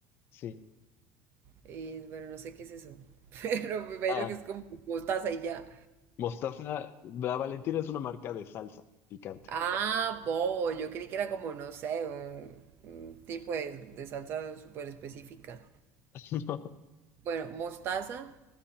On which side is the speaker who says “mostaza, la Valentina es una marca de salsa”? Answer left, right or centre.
Left